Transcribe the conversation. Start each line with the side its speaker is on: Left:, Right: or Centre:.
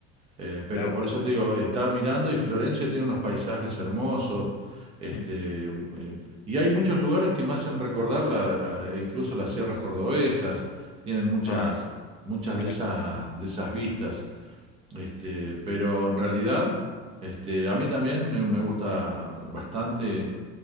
Right: Eh, pero
Left: Claro.
Right: por eso te digo, estaba mirando y Florencia tiene unos paisajes hermosos. Este,
Left: Mm.
Right: m- eh, y hay muchos lugares que me hacen recordar la, a- e incluso las sierras cordobesas, tienen muchas,
Left: Ah,
Right: muchas
Left: mira.
Right: de esas, de esas vistas. Este, pero en realidad, este, a mí también me, me gusta bastante